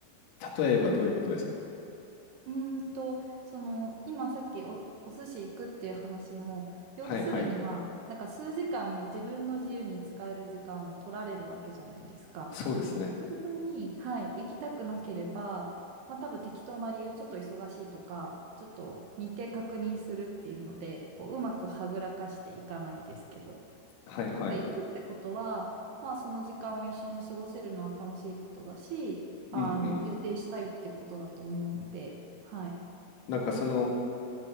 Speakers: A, on the left; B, on the right.
A: 例えばどういうことですか
B: うーんと、その、今さっきお、お寿司行くっていう話も、要するにまあ、
A: はいはい。
B: なんか数時間自分の自由に使える時間を取られるわけじゃないですか。
A: そうですね。
B: で本当に、はい、行きたくなければ、まあ多分適当な理由、ちょっと忙しいとか、ちょっと日程確認するっていうので、こう、うまくはぐらかしていかないですけど。
A: はいはい。
B: やっぱ行くってことは、まあその時間を一緒に過ごせるのは楽しいことだし、あの、
A: うんうん。
B: 予定したいってことだと思うので、はい。
A: なんかその